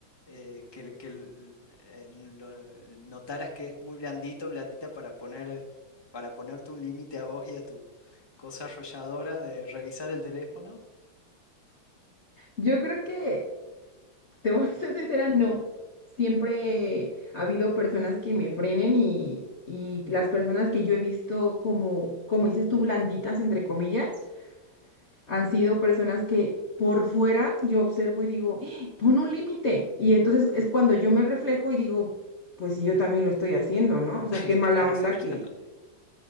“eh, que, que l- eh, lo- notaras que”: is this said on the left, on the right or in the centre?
Left